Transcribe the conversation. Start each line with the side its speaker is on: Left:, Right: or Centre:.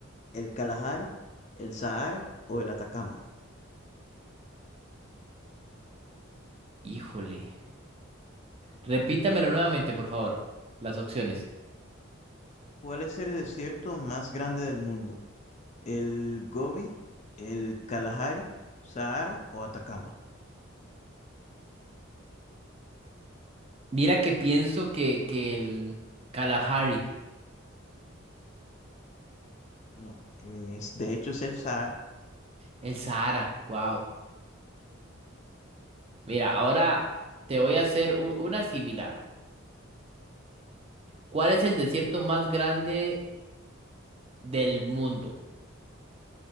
Left: el Kalahari, el Sahara o el Atacama?
Right: Híjole, repítamelo nuevamente, por favor, las opciones.
Left: ¿Cuál es el desierto más grande del mundo? ¿El Gobi, el Kalahari, Sahara o Atacama?
Right: Mira que pienso que, que el Kalahari,
Left: No, es, de hecho es el Sahara.
Right: el Sahara, wow. Mira, ahora te voy a hacer u- una similar. ¿Cuál es el desierto más grande del mundo?